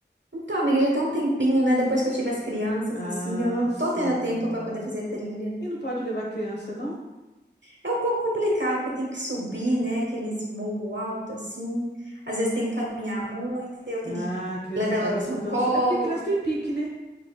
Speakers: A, on the right; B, on the left.
A: Então, amiga, já tem um tempinho, né? Depois que eu tive as crianças,
B: Ah,
A: assim, eu não
B: sim.
A: tô tendo tempo pra poder fazer trilha.
B: E não pode levar criança, não?
A: É um pouco complicado, porque tem que subir, né? Aqueles morro alto, assim. Às vezes tem que caminhar muito, eu tenho
B: Ah,
A: que
B: a criança
A: levar
B: acaba
A: elas
B: se
A: no
B: cansando.
A: colo.
B: É porque criança tem pique, né?